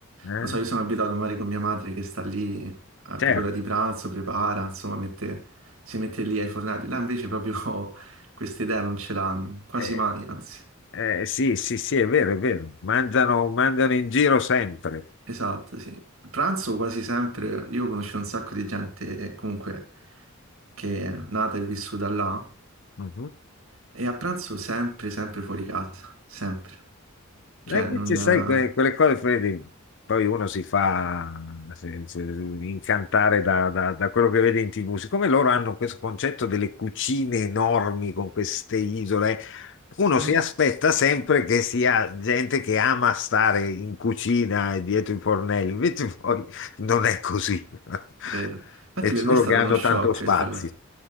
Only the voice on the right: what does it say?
non so, io sono abituato magari con mia madre che sta lì eh,
per l'ora di pranzo, prepara, insomma, mette- si mette lì ai fornelli, là invece proprio <laughs> questa idea non ce l'hanno, quasi
mai, anzi.
Esatto, sì. Il Pranzo quasi sempre, io conosco un sacco di gente eh, comunque che è nata e vissuta là
E a pranzo sempre, sempre fuori casa, sempre. Cioè,
non...
eh,
mm.
Vero. Infatti
per
me è stato
uno shock
questa cosa.